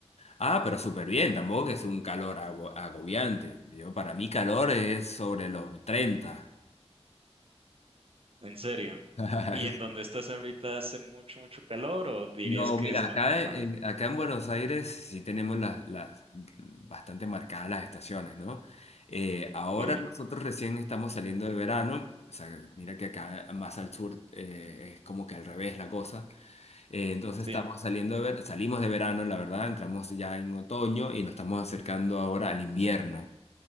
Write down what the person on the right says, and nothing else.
en serio.
¿Y en donde estás ahorita hace mucho, mucho calor o dirías
que
es lo
normal?
Sí,
sí.